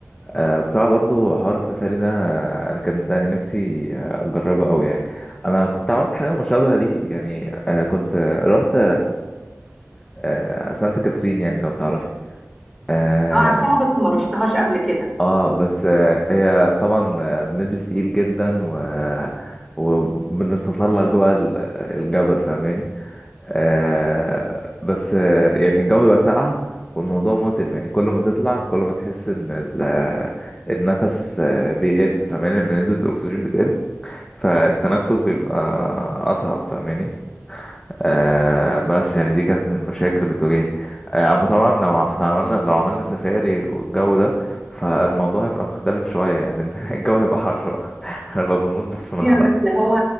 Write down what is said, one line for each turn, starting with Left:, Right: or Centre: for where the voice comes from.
Left: آه بصراحة برضو حوار السفاري ده أنا كان ده نفسي آه، أجربه أوي يعني أنا كنت عملت حاجة مشابهة ليه يعني آه كنت رحت آه سانت كاترين يعني لو تعرفي آه،
Centre: اه عارفاها بس ما روحتهاش قبل كده
Left: اه بس آه، هي طبعا آه، بنلبس تقيل جدا و وبنتسلق جوه ال- الجبل فاهماني آه بس آه، يعني الجو بيبقى ساقع والموضوع متعب يعني كل ما تطلع كل ما تحس ان ال- آه، النفس آه، بيقل فاهماني لان نسبة الاكسجين بتقل فالتنفس بيبقى اصعب فاهماني آه بس يعني دي كانت من المشاكل اللي بتواجهني آه اما طبعا لو احنا عملنا لو عملنا سفاري والجو ده فالموضوع هيبقى مختلف شوية يعني لأن <laughs> الجو هيبقى حر بقى <laughs> هنبقى بنموت بس من
Centre: ايوه
Left: الحر
Centre: بس هو